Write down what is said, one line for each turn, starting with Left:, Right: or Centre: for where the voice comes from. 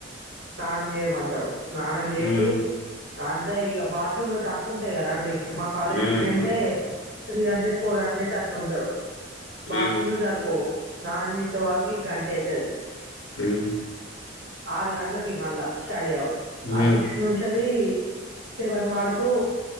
Right: స్నానం జేయమంటరు స్నానం జేశీ
Left: హ్మ్
Right: అంతే ఇగ బాత్రూమ్ లు తక్కువుంటాయి గదా అండి మా కాలేజ్
Left: హ్మ్
Right: స్ట్రెన్తే త్రీ హండ్రెడ్ ఫోర్ హండ్రెడ్ అట్లుంటరు బాత్రూమ్లు
Left: హ్మ్
Right: సరిపోవు. స్నానం చేశే వరకీ గంట అయితది.
Left: హ్మ్
Right: ఆరు గంట్లకి మళ్ళా స్టడీ అవర్
Left: హ్మ్
Right: ఆ సిక్స్ నుంచెళ్ళీ సెవెన్ వరక్ కూ